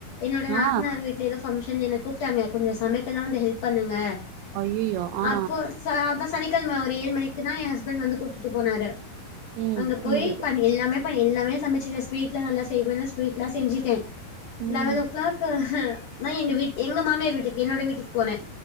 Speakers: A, on the left; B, on the right.
A: என்னோட நாத்தனார்
B: ஆ
A: வீட்ல ஏதோ பங்க்ஷன்னு என்ன கூப்ட்டாங்க கொஞ்சோ சமைக்கலான்ட்டு ஹெல்ப் பண்ணுங்க
B: ஐயயோ ஆ
A: அப்போ ச அதா சனிக்கெழம ஒரு ஏழு மணிக்கிதா எ ஹஸ்பண்ட் வந்து கூட்டிட்டு போனாரு
B: ம்
A: அங்க போய்
B: ம்
A: பண் எல்லாமே பண் எல்லாமே சமைச்சிட்ட ஸ்வீட்லா நல்லா செய்வேன்னு ஸ்வீட்லா செஞ்சுட்டே
B: ம் ம்
A: லெவல்லோ ஓ கிளாக்கு நா எங்க வீட் எங்க மாமியார் வீட்டுக் என்னோட வீட்டுக்கு போனே